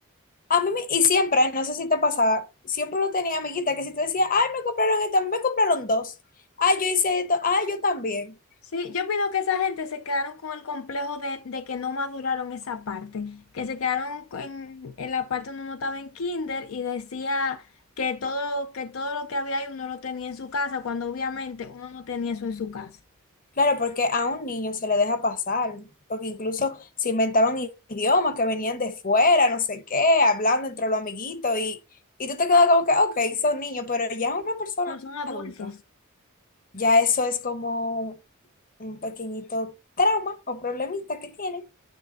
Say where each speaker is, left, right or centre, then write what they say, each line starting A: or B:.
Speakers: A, on the left (about 40°); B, on the left (about 70°).
A: a mí, me- y siempre, no sé si te pasaba, siempre lo tenía amiguita que si te decía, ay, me compraron esto, a mí me compraron dos. Ay, yo hice esto, ay, yo también.
B: Sí, yo opino que esa gente se quedaron con el complejo de, de que no maduraron esa parte, que se quedaron co- en, en la parte donde uno estaba en kinder y decía que todo, que todo lo que había ahí uno lo tenía en su casa, cuando obviamente uno no tenía eso en su casa.
A: Claro, porque a un niño se le deja pasar, porque incluso se inventaban i- idiomas que venían de fuera, no sé qué, hablando entre los amiguitos y, y tú te quedas como que, ok, son niños, pero ya una persona
B: Pero son adultos.
A: adulta, ya eso es como un pequeñito trauma o problemita que tiene,